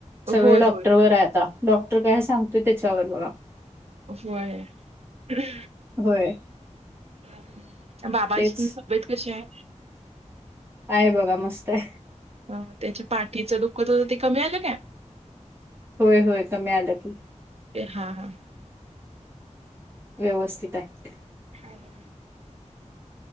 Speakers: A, on the right; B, on the right.
A: सगळं
B: होय
A: डॉक्टरवर
B: होय.
A: आहे आता. डॉक्टर काय सांगतोय त्याच्यावर बघा.
B: होय हम्म
A: होयं
B: तुमच्या बाबांची
A: तेच
B: त तब्येत कशी आहे
A: आहे बघां मस्तं आहे
B: अं त्यांच्या पाठीचं दुःख होतं तरं ते कमी झालं कायं
A: होयं होयं कम्यांला की
B: ते हां हां
A: व्यवस्थित आहेतं
B: हे